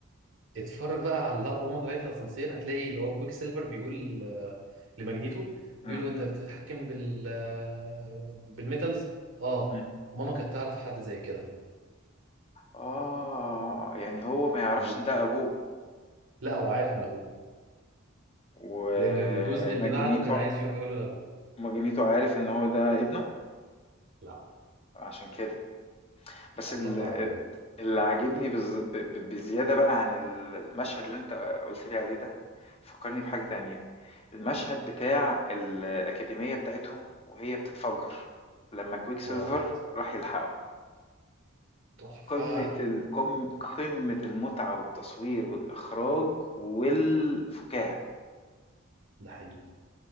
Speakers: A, on the right; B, on the left.
A: اتفرج بقى على اللقطه وهم طالعين في الاسانسير هتلاقي اللي هو كويك سيلفر بيقول آه لماجنيتو بيقول
B: إمم،
A: له انت بتتحكم بال آه بالميتالز اه
B: إمم.
A: ماما كانت تعرف حد زي كده
B: آه، يعني هو ما يعرفش
A: و-
B: إن ده أبوه
A: لا هو عارف ان ابوه
B: ومجنيتو
A: لأن الجزء اللي بعده كان عايز يروح يقول له لأبوه
B: مجنيتو عارف إن هو ده ابنه،
A: لا
B: عشان كده. بس
A: علاقة
B: ال- ال-
A: عابرة
B: اللي عاجبني بز- ب- ب- بزيادة بقى عن ال- المشهد اللي انت قلت لي عليه ده فكرني بحاجة تانية المشهد بتاع ال- الأكاديمية بتاعتهم وهي بتتفجر لما كويك سيلفر
A: آه
B: راح يلحقهم
A: تحفة
B: قمة ال- قم- قمة المتعة والتصوير والإخراج والفكاهة
A: ده حقيقي